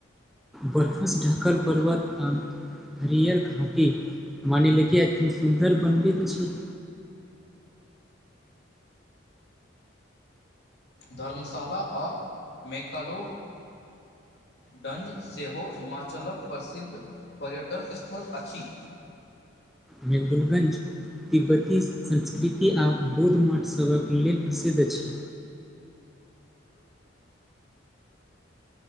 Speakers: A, in the centre; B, on the left.
A: बरफसँ ढाकल पर्वत आ हरियर घाटी मानीले के एते सुन्दर बनबैत अछी।
B: धर्मशाला आओ मेकालो डंज सेहो हिमाचलक प्रसिद्ध पर्यटन स्थल अछि।
A: मेहुदुलगंज तिब्बती संस्कृति आ बौध मठसभक लेल प्रसिद्ध अछि।